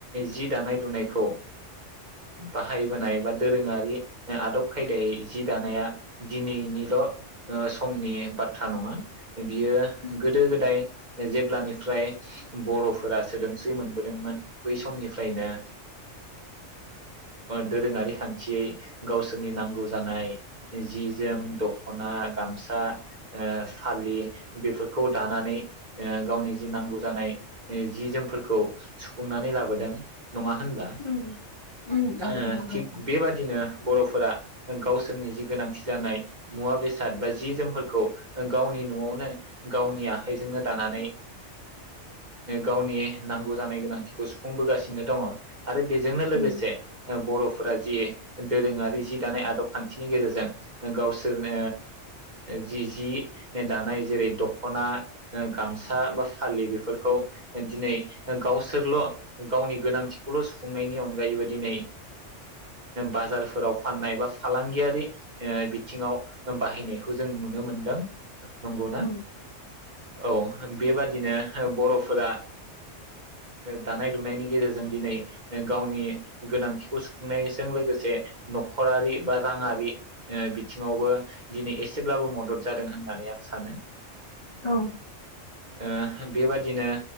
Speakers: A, on the right; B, on the left.
A: जि दानाय लुनायखौ ओ बाहायबोनाय बा दोरोङारि आदब खायदायै जि दानाया दिनैनिल समनि बाथ्रा नङा बियो
B: उम
A: गोदो गोदाय जेब्लानि ओमफ्राय बरफोरा सोदोमस्रि मोनबोदोंमोन बै समनिफ्रायनो दोरोङारि खान्थियै गावसोरनि नांगौ जानाय जि जोम दखना गामसा ओ फालि बेफोरखौ दानानै गावनि जि नांगौ जानाय जि जोमफोरखौ सुफुंनानै लाबोदों नङा होनबा
B: उम उम औ
A: ओ
B: नंगौ
A: थिग बेबादिनो नो बरफोरा गावसोरनि जि गोनांथि जानाय मुवा बेसाद बा जि जोमफोरखौ गावनि नआवनो गावनि आखाइजोंनो दानानै गावनि नांगौ जानाय गोनांथिखौ सुफुंबोगासिनो दङ आरो बेजोंनो लोगोसे
B: उम
A: बरफोरा जि दोरोङारि जि दानाय आदब खान्थिनि गेजेरजों गावसोरनो जि जि दानाय जेरै दखना गामसा बा फालि बेफोरखौ दिनै गावसोरल गावनि गोनांथिखौल सुफुंनायनि अनगायैबो दिनै बाजारफोराव फाननाय बा फालांगियारि बिथिङाव बाहायनायखौ जों नुनो मोनदों नंगौनाा
B: औ
A: औ बेबादिनो बरफोरा दानाय लुनायनि गेजेरजों दिनै गावनि खिखौ सुफुंनायजों लोगोसे नखरारि बा राङारि बिथिङावबो दिनै एसेब्लाबो मदद जादों होननानै आं सानो
B: औ
A: <inaudible> ओ बेबादिनो